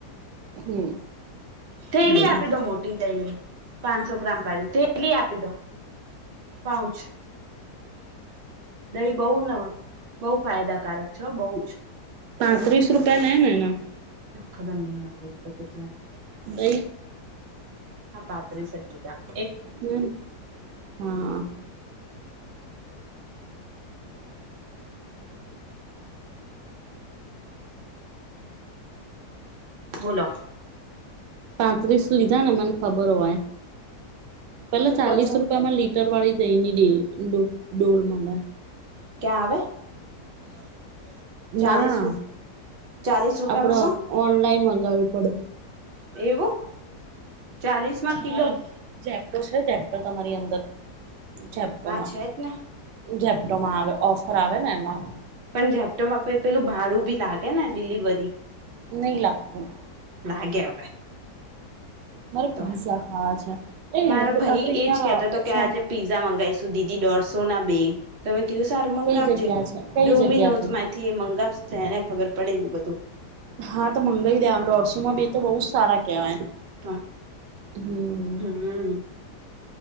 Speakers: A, on the right (about 90°); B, on the right (about 55°).
A: હમ
B: થેલી
A: બોલો
B: આપી દો મોટી દઈ પાંચસો ગ્રામ વાળી થે થેલી આપી દો પાઉચ. દહી બહુ ન બહુ ફાયદાકારક છે બહુ જ.
A: પાંત્રીસ રૂપિયા લેનએના
B: ખબર નહી આવે તો પજ
A: નઈ.
B: હા પાત્ર શદીતાા.
A: હમ હા.
B: બોલો.
A: પાંત્રીસ લીધા ને મને ખબર હોય. પેલા
B: શું
A: ચાલીસ
B: કહો છો
A: રૂપિયામાં લીટર વાળી દહીંની ડેલ ડોલ ડોલ મલે.
B: ક્યાં આવે. ચાલીસ
A: ના.
B: રૂપ ચાલીસ રૂપિયામાં
A: આપડ
B: શું
A: ઓનલાઈન મંગાવી પડ.
B: એવું ચાલીસમાં કિલો
A: હા ઝેપટો છે ઝેપ્ટો તમારી અંદર. ઝપ્ટોમાં
B: હા છે જ ને
A: ઝેપ્ટોમાં આવે ઓફર આવે ને એમાં.
B: પણ ઝેપટામાં પહી પેલું ભાડું ભી લાગે ને ડિલિવરી.
A: નહી લાગતું.
B: લાગે હવે
A: મારે પીઝા
B: તો
A: ખાવા છે. એ
B: મારો
A: આપડે
B: ભઈ
A: અહિયાં
B: એજ કેતો તો કે આજે પીઝા મંગાઈસુ દીદી દોઢસો ના બે તમે કીધું સારું મંગાવજે
A: કઈ જગ્યા છે કઈ
B: ડોમિનોઝ
A: જગ્યાથી
B: માંથી એ મંગાવશે એને ખબર પડે એવું બધું.
A: હા તો મંગાઈ દે દોઢસોમાં બે તો બહુ સારા કેવાય.
B: તો
A: હમ.
B: હમ